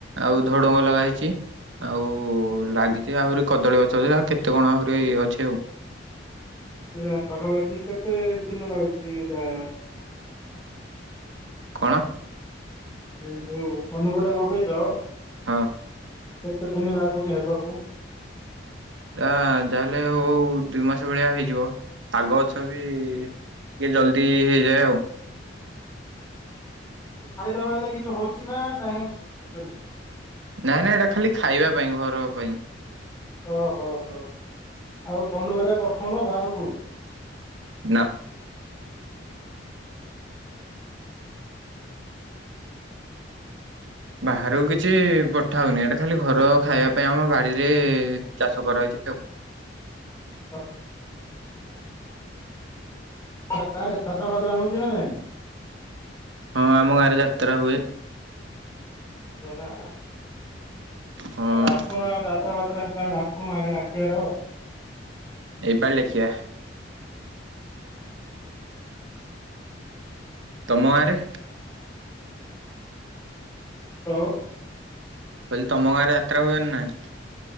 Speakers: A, on the right; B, on the left.
A: ଆଉ ଧୁଡଙ୍ଗ ଲଗା ହେଇଛି। ଆଉ ଲାଗିଛି ଆହୁରି କଦଳୀ ଗଛ ଯେ ଆ କେତେ କଣ ଆହୁରି ଅଛି ଆଉ।
B: ଏ ପାଖାପାଖି କେତେ ଦିନ ଲାଗୁଛି ଯା
A: କଣ?
B: ଏ ଯୋଉ ପନିପରିବା ଲଗେଇଛ
A: ହଁ
B: କେତେ ଦିନ ଲାଗୁଛି ହେବାକୁ?
A: ତା ଯାହେଲେ ହଉ ଦୁଇ ମାସ ଭଳିଆ ହେଇଯିବ ଶାଗ ଗଛ ବି ଟିକେ ଜଲ୍ଦି ହେଇଯାଏ ଆଉ।
B: ଫାଇଦା ଫାଇଦା କିଛି ହଉଛି ନା ନାହିଁ ଆସିଲି
A: ନାଁ ନାଁ ଏଇଟା ଖାଲି ଖାଇବା ପାଇଁ ଘର ପାଇଁ।
B: ଓହୋ ହୋ ଆଉ ପନି ପରିବା ପଠଉନ ବାହାରକୁ?
A: ନାଁ। ବାହାରକୁ କିଛି ପଠା ହଉନି ଏଟା ଖାଲି ଘର ଖାଇବା ପାଇଁ ଆମ ବାଡ଼ିରେ ଚାଷ କରାହେଇଛି ଆଉ।
B: <unintelligible> ତମ ଗାଁରେ ଯାତ୍ରା ଫାତ୍ରା ହଉଛି ନା ନାଇଁ?
A: ହଁ ଆମ ଗାଁ ରେ ଯାତ୍ରା ହୁଏ।
B: <unintelligible>
A: ହଁ
B: ତ ଡାକୁନ ଆଉ ଯାତ୍ରା ଫାତ୍ରା ହେଲେ ଡାକୁନ ଆଗେ ଡାକିିବାର
A: ଏଇ ପାଳି ଲେଖିଆ ତମ ଆରେ?
B: <inaudible> ହ୍ୟାଲୋ
A: ମୁଁ କହିଲି ତମ ଗାଁରେ ଯାତ୍ରା ହୁଏ ନା ନାଁଇ?